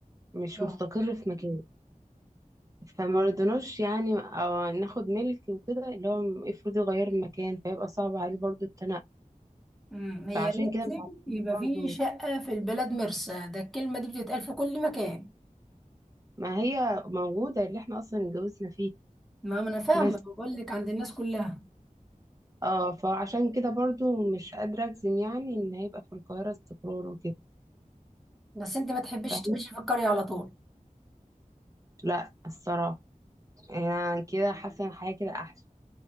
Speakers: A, on the right; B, in the centre.
A: مش
B: اه
A: مستقر في مكان فما رضناش يعني أو ناخد ملك وكده اللي هو افرض يغير المكان فيبقى صعب عليه برضو التنقل
B: امم هي
A: فعشان
B: لازم
A: كده مش عارفين
B: يبقى
A: برضو
B: في شقه في البلد مرسى ده الكلمه دي بتتقال في كل مكان
A: ما هي موجودة اللي احنا اصلا اتجوزنا فيه
B: ما ما انا فاهمه
A: بس
B: بقول لك عند الناس كلها
A: اه فعشان كده برضو مش قادرة اجزم يعني ان هيبقى في القاهرة استقرار وكده
B: بس انت ما تحبيش
A: فاهمة؟
B: تعيشي في القريه على طول
A: لا الصراحة يعني كده حاسة إن حاجة كده احسن